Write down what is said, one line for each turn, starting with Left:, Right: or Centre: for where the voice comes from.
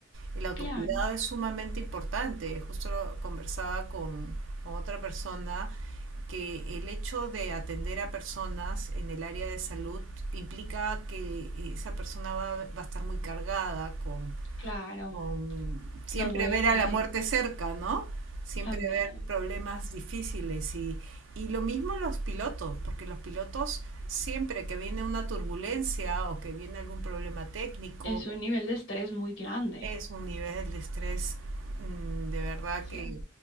Right: El autocuidado
Left: claro,
Right: es sumamente importante. Justo lo conversaba con, con otra persona que el hecho de atender a personas en el área de salud implica que esa persona va, va a estar muy cargada con,
Left: claro.
Right: con siempre
Left: No duermen
Right: ver a la muerte cerca, ¿no? Siempre
Left: también.
Right: ver problemas difíciles y, y lo mismo los pilotos, porque los pilotos siempre que viene una turbulencia o que viene algún problema técnico,
Left: Es un nivel de estrés muy grande.
Right: es un nivel de estrés mmm, de verdad
Left: Sí.
Right: que